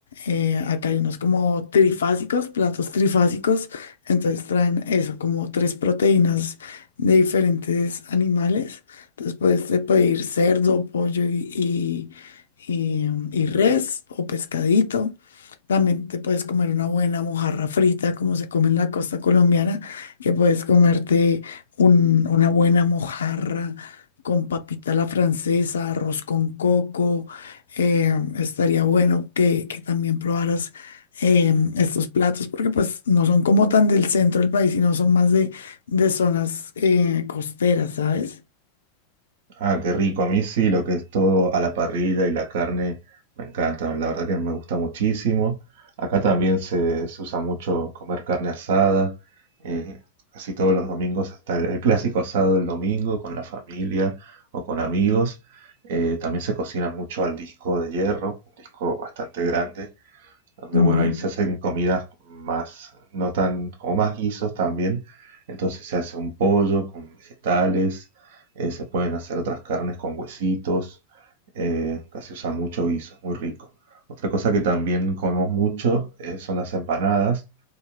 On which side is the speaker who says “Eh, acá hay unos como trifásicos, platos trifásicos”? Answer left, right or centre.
Left